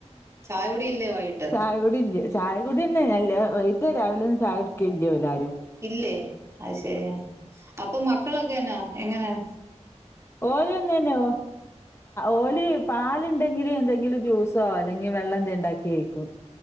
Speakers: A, on the right (about 25°); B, on the left (about 20°).
A: ചായകുടി ഇല്ലേ വൈകിട്ട്
B: ചായ കുടി ഇല്ല ചായ കുടി തന്നെല്ല വൈകിട്ട് രാവിലെ ഒന്നും ചായ കുടിക്ക ഇല്ല ഇവരാരും
A: ഇല്ലേ അത് ശരിയാ അപ്പൊ മക്കളൊക്കെന്നാ എങ്ങനെയ
B: ഓല്‌വന്നേനോ ഓല് പാലുണ്ടെങ്കില് എന്തെങ്കിലും ജ്യൂസോ അല്ലെങ്കിൽ വെള്ളം എന്ത ഉണ്ടാക്കി വെക്കും